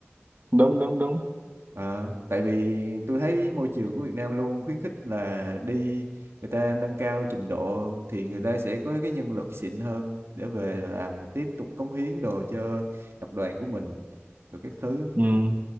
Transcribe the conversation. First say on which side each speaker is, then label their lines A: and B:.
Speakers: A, on the right (about 40°); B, on the right (about 70°).
A: đúng đúng đúng
B: Ờ, tại vì tôi thấy môi trường của Việt Nam luôn khuyến khích là đi người ta nâng cao trình độ thì người ta sẽ có cái nhân lực xịn hơn để về làm tiếp tục cống hiến đồ cho tập đoàn của mình rồi các thứ
A: ừ.